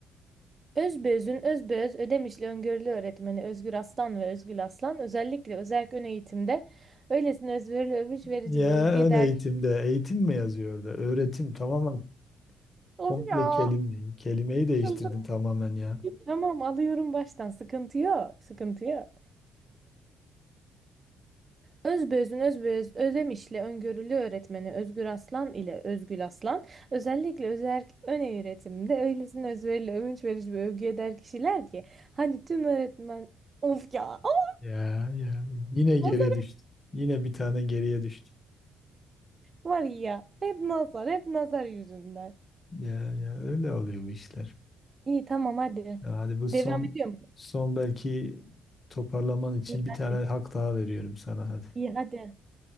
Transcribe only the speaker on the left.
Ya
ön
eğitimde eğitim mi yazıyor orada? Öğretim tamamen
komple
kelime. Kelimeyi değiştirdin
tamamen ya.
Ya ya yine
geriye düştü. Yine bir tane geriye düştü.
Ya ya öyle oluyor bu işler.
Ya hadi bu son
son belki toparlaman için
bir
tane hak daha veriyorum sana hadi.